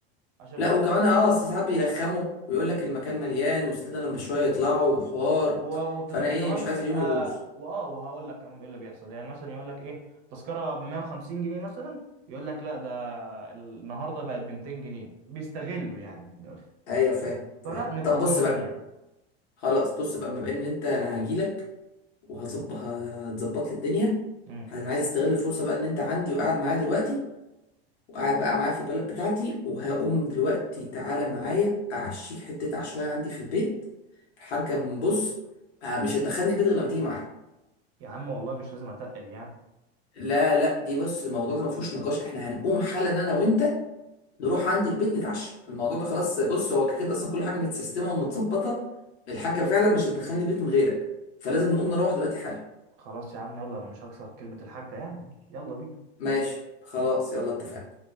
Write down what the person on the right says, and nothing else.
عشان
ما نقفش
و- والتذاكر
كمان
بتبقى
واه وهقول لك كمان ايه اللي بيحصل يعني مثلا يقول لك ايه تذكره ب 150 جنيه مثلا يقول لك لا ده النهارده بقت ب 200 جنيه بيستغلوا يعني من الاخر
فلا نبقى
ضامنين
يعني
امم
يا عم والله مش لازم اتقل يعني
خلاص يا عم يلا انا مش هكسر كلمة الحاجة يعني يلا بينا